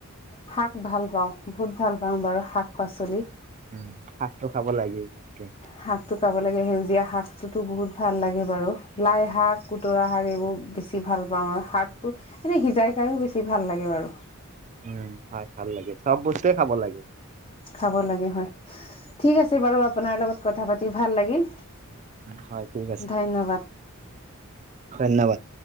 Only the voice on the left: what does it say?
শাক ভাল পাওঁ বহুত ভাল পাওঁ বাৰু শাক পাচলি।
শাক তো খাব লাগে সেউজীয়া শাক তো তো বহুত ভাল লাগে বাৰু লাই শাক কুতৰা শাক এইবোৰ বেছি ভাল পাওঁ আৰু শাক তো এনে সিজাই খাইও বেছি ভাল লাগে বাৰু।
খাব লাগে হয়, ঠিক আছে বাৰু আপোনাৰ লগত কথা পাতি ভাল লাগিল।
ধন্যবাদ